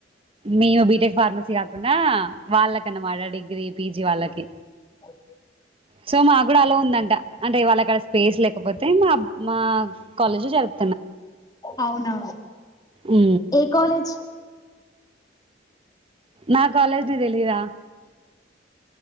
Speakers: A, on the right; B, on the left.
A: మేము బీటెక్ ఫార్మసీ కాకుండా వాళ్ళకన్నమాట డిగ్రీ పీజీ వాళ్ళకి
B: కుక్క సౌండ్
A: సో మా కూడా అలో ఉందంట అంటే వాళ్లకు అక్కడ స్పేస్ లేకపోతే మా మా కాలేజ్ జరుపుకుంటారు
B: అవునా
A: ఈ
B: ఏ కాలేజ్
A: నా కాలేజ్ తెలియద